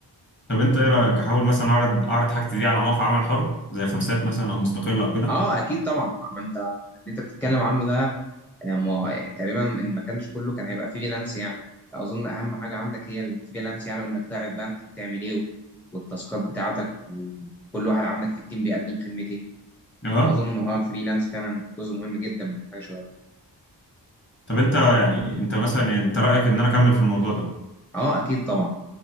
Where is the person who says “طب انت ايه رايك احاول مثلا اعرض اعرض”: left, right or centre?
Left